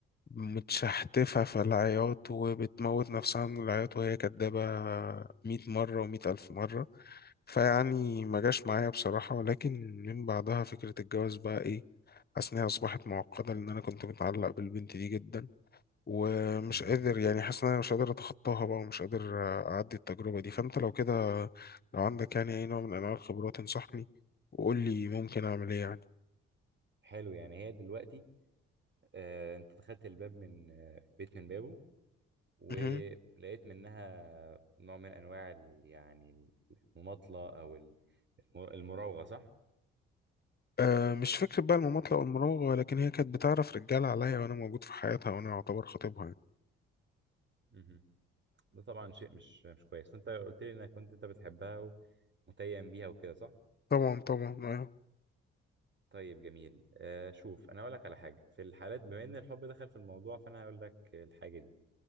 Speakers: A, on the left; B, on the right.
A: متشحتفة في العياط وبتموت نفسها من العياط وهي كدابة مية مرة ومية ألف مرة فيعني ما جاش معايا بصراحة ولكن من بعدها فكرة الجواز بقى إيه حاسس إنها أصبحت معقدة لأن أنا كنت متعلق بالبنت دي جدا ومش
B: مهم،
A: قادر
B: مهم.
A: يعني حاسس إن أنا مش قادر أتخطاها بقى ومش قادر أعدي التجربة دي فأنت لو كده لو عندك يعني أي نوع من أنواع الخبرات انصحني وقول لي ممكن أعمل إيه
B: حلو يعني هي دلوقتي آه انت دخلت الباب من آه بيت من بابه ولقيت
A: يعني
B: منها نوع من انواع ال- يعني المماطله او ال- الم- المراوغه صح
A: أه مش فكرة بقى المماطلة أو المراوغة ولكن هي كانت بتعرف رجالة عليا وأنا موجود في حياتها وأنا أعتبر خطيبها يعني
B: مهم. ده طبعا شيء مش مش كويس وانت قلت لي انك كنت انت بتحبها ومتيم بيها وكده صح
A: طبعا طبعا أه
B: طيب جميل آه شوف انا اقول لك على حاجه في الحالات بما ان الحب دخل في الموضوع فانا هقول لك الحاجه دي